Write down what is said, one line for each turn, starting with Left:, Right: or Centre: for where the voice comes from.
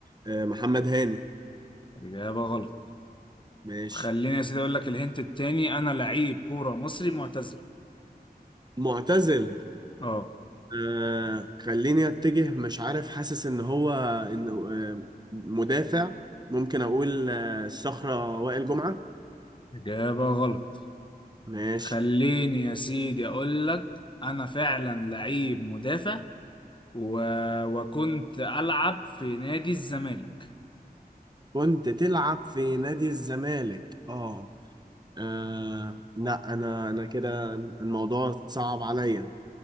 Right: آه محمد هاني
Left: اجابه غلط
Right: ماشي
Left: خليني يا سيدي اقول لك الهنت التاني انا لعيب كوره مصري معتزل
Right: معتزل
Left: اه
Right: آه خليني أتجه مش عارف حاسس إن هو إنه آه مدافع ممكن أقول آه الصخرة وائل جمعة
Left: اجابه غلط
Right: ماشي
Left: خليني يا سيدي اقول لك انا فعلا لعيب مدافع و... وكنت العب في نادي الزمالك
Right: كنت تلعب في نادي الزمالك اه آه، لا انا انا كده الموضوع صعب عليا